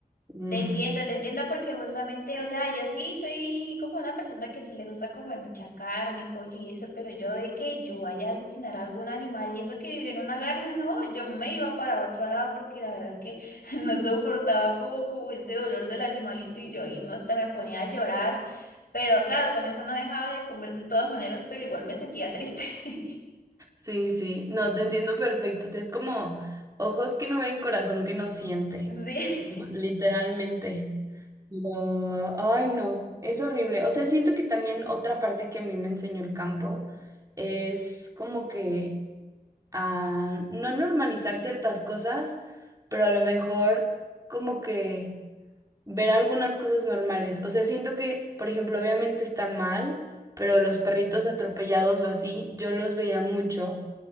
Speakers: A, on the right (about 20°); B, on the left (about 70°).
A: <laughs>
B: Te entiendo, te entiendo porque justamente, o sea, yo sí soy como una persona que sí le gusta comer mucha carne, y pollo y eso, pero yo de que yo vaya a asesinar a algún animal y eso que vivía en una granja, no, yo me iba para otro lado porque la verdad que <laughs> no soportaba como, como ese olor del animalito y yo ahí no hasta me ponía a llorar, pero claro, con eso no dejaba de comer de todas maneras, pero igual me sentía triste. <laughs>
A: Sí, sí, no, te entiendo perfecto. O sea, es como ojos que no ven, corazón que no siente,
B: Sí.
A: Ujú. literalmente. Pero, ay, no, es horrible. O sea, siento que también otra parte que a mí me enseñó el campo es como que a no normalizar ciertas cosas, pero a lo mejor como que ver algunas cosas normales. O sea, siento que, por ejemplo, obviamente está mal, pero los perritos atropellados o así, yo los veía mucho